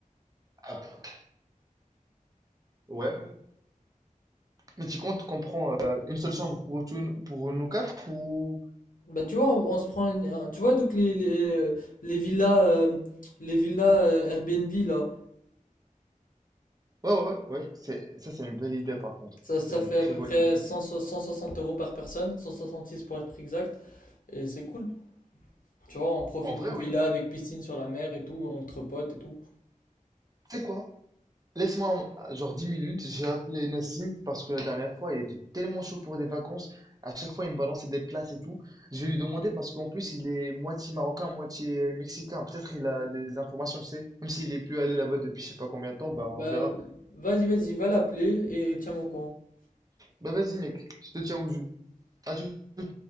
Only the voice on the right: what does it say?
Ah, ouais. Mais tu comptes qu'on prend euh, une seule chambre pour, tout- pour nous quatre ou...
Ouais, ouais, ouais. ouais. C'est, ça, c'est une belle idée, par contre.
Ça, c'est
une très
bonne
idée.
En vrai,
oui.
Tu sais quoi? Laisse-moi un- genre 10 minutes, j'ai appelé Nassim parce que la dernière fois, il était tellement chaud pour des vacances. À chaque fois, il me balançait des places et tout. Je vais lui demander parce qu'en plus, il est moitié marocain, moitié mexicain. Peut-être il a des informations, je sais. Même s'il est plus allé là-bas depuis je sais pas combien de temps,
bah on verra.
Bah vas-y, mec, je te tiens au jus. À tout.